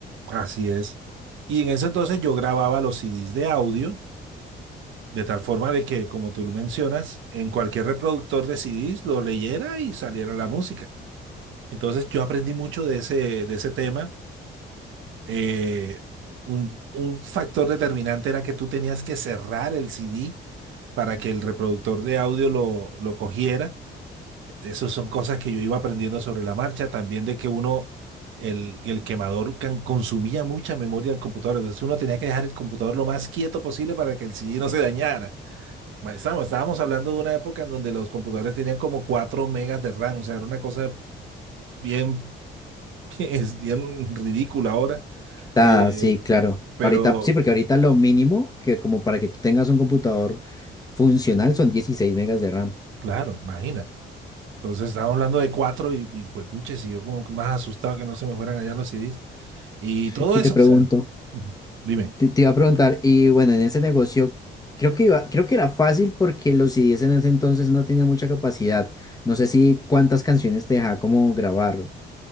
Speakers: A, on the right; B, on the left.
A: Así es. Y en ese entonces yo grababa los CDs de audio, de tal forma de que, como tú mencionas, en cualquier reproductor de CDs lo leyera y saliera la música. Entonces yo aprendí mucho de ese, de ese tema. Eh, un, un factor determinante era que tú tenías que cerrar el CD para que el reproductor de audio lo, lo cogiera. Esas son cosas que yo iba aprendiendo sobre la marcha, también de que uno, el, el quemador can- consumía mucha memoria del computador, entonces uno tenía que dejar el computador lo más quieto posible para que el CD no se dañara. Ma- Estábamos, estábamos hablando de una época en donde los computadores tenían como 4 megas de RAM, o sea, era una cosa bien, <laughs> bien, es bien ridícula ahora,
B: Ah,
A: Eh,
B: sí, claro.
A: pero
B: Ahorita, sí, porque ahorita lo mínimo que como para que tú tengas un computador funcional son 16 megas de RAM.
A: claro, imagínate. Entonces estábamos hablando de 4 y, y juepuches, y yo como que más asustado que no se me fueran allá los CDs y
B: <laughs>
A: todo
B: Y
A: eso,
B: te pregunto,
A: o sea, <laughs> dime.
B: Te, te iba a preguntar, y bueno, en ese negocio creo que iba, creo que era fácil porque los CDs en ese entonces no tenían mucha capacidad. No sé si cuántas canciones te dejaba como grabar.